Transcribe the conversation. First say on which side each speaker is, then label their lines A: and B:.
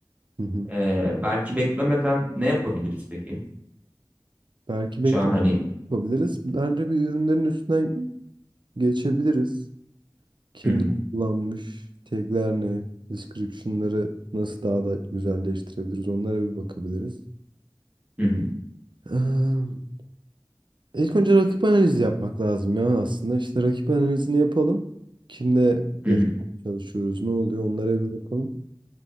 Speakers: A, on the right; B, on the right.
A: hı hı.
B: E, belki beklemeden ne yapabiliriz peki?
A: Belki
B: Şu
A: bekleme
B: an hani...
A: yapabiliriz. Bence bir ürünlerin üstünden geçebiliriz. Kim
B: Hı hı,
A: kullanmış, tagler ne, description'ları nasıl daha da güzelleştirebiliriz onlara bir bakabiliriz.
B: hı hı,
A: Eee, İlk önce rakip analizi yapmak lazım ya aslında. İşte rakip analizini yapalım. Kimle yarışmaya
B: hı hı.
A: çalışıyoruz, ne oluyor onlara bir bakalım.